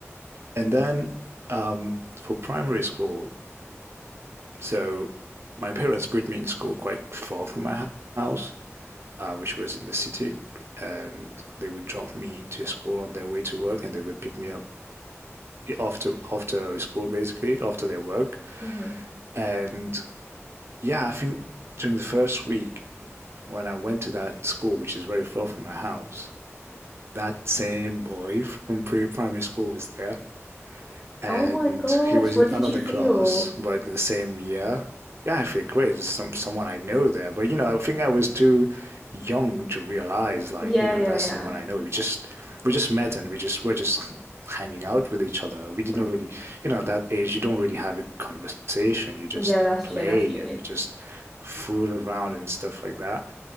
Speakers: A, on the right; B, in the centre.
A: And then for primary school, so my parents put me in school quite far from my house, uh, which was in the city. And they would drop me to school on their way to work and they would pick me up after after school basically after their work
B: Mhm.
A: and yeah i think during the first week when i went to that school which is very far from my house that same boy from pre-primary school was there and
B: Oh my gosh,
A: he was
B: what
A: in
B: did
A: another
B: you feel?
A: class, but in the same year. Yeah, I feel great. There's some someone I know there, but you know, I think I was too young to realize, like,
B: Yeah,
A: you know,
B: yeah,
A: that's
B: yeah.
A: someone I know. We just we just met and we just were just hanging out with each other. We didn't
B: Mm,
A: really, you know, at that age, you don't really have a conversation. You just
B: Yeah, that's
A: play
B: true. That's true.
A: and you just fool around and stuff like that.